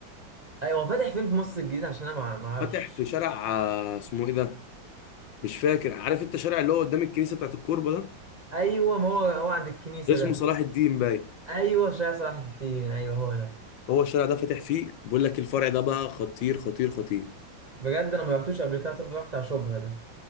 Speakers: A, on the right (about 70°); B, on the left (about 75°).
A: ايوه فاتح فين في مصر الجديدة عشان انا ما ما اعرفش
B: فاتح في شارع آه، اسمه ايه ده مش فاكر عارف انت الشارع اللي هو قدام الكنيسه بتاعت الكوربه
A: ايوه ما هو هو عند الكنيسة
B: ده اسمه
A: ده
B: صلاح الدين باين
A: ايوه شارع صلاح الدين ايوه هو ده
B: هو الشارع ده فاتح فيه بقول لك الفرع ده بقى خطير خطير خطير
A: بجد انا ما رحتوش قبل كده طب رحت على شبرا ده